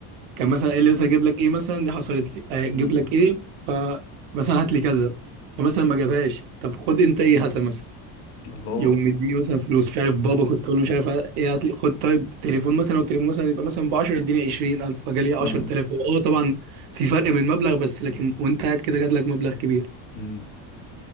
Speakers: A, on the right; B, on the left.
A: كان مثلا قال لي مثلا اجيب لك ايه مثلا دي حصلت لي آه، اجيب
B: مم.
A: لك ايه فمثلا هات لي كذا فمثلا ما جابهاش طب خد انت ايه هات مثلا
B: الله
A: يقوم مديني مثلا فلوس مش عارف بابا كنت اقول له مش عارف ايه هات لي خد طيب تليفون مثلا والتليفون مثلا يبقى مثلا ب 10 اديني 20000 فجالي 10000
B: آه،
A: اه طبعا في فرق من المبلغ بس لكن وانت قاعد كده جات لك مبلغ كبير
B: مم.